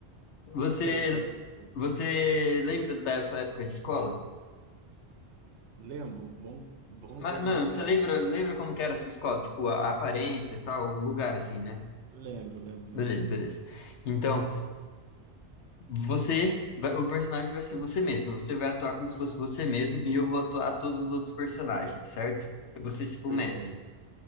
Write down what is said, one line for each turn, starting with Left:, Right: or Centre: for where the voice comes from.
Left: você,
Right: Como seria essa roleplay?
Left: você lembra da sua época de escola?
Right: Lembro, bom- bons
Left: Mas,
Right: anos
Left: mano,
Right: atrás.
Left: você lembra, lembra como que era a sua escola? Tipo, a, a aparência e tal, o lugar assim, né?
Right: Lembro, lembro,
Left: Beleza,
Right: lembro.
Left: beleza. Então, Você, vai- o personagem vai ser você mesmo. Você vai atuar como se fosse você mesmo e eu vou atuar todos os outros personagens, certo? Eu vou ser tipo
Right: Perfeito.
Left: o mestre.